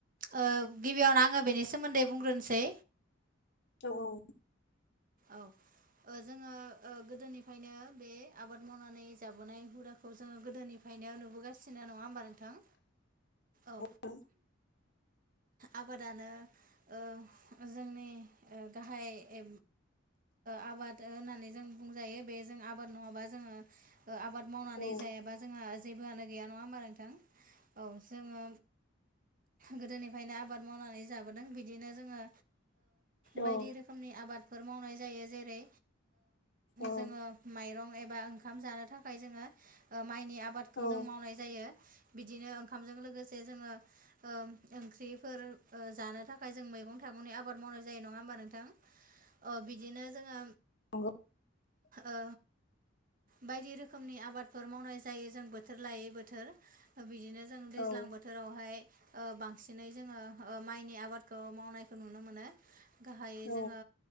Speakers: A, on the right; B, on the left.
A: ओ गिबियावनो आङो बेनि सोमोन्दै बुंग्रोनसै।
B: औ-औ
A: औ जोङो गोदोनिफ्रायनो बे आबाद मावनानै जाबोनाय हुदा खौ जोङो गोदोनिफ्रायनो नुबोगासिनो नङा होमबा नोंथां औ
B: नोंथां
A: आबादानो ओ जोंनि ओ गाहाय ए आबाद होननानै जों बुंजायो बे जों आबाद नङाबा जोङो आबाद मावनानै
B: औ
A: जायाबा जोंहा जेबोआनो गैया नङा होमबा नोंथां औ जोङो गोदोनिफ्रायनो आबाद मावनानै जाबोदों बिदिनो जोङो बायदि
B: औ
A: ओ रोख रोखोमनि आबादफोर मावनाय जायो जेरै
B: औ
A: जोङो माइरं एबा ओंखाम जानो थाखाय जोङो माइनि आबाद खौ जों
B: औ
A: मावनाय जायो बिदिनो ओंखामजों लोगोसे जोङो ओम ओंख्रिफोर जानो थाखाय जों मैगं थाइगंनि आबाद मावनाय जायो नङा होमबा नोंथां ओ बिदिनो जोङो
B: नंगौ।
A: ओ बायदि रोखोमनि आबादफोर मावनाय जायो जों बोथोर लायै बोथोर बिदिनो जों दैज्लां
B: औ
A: बो थोरावहाय बांसिनै जोङो माइनि आबादखौ मावनायखौ नुनो मोनो गाहायै
B: औ
A: जोङो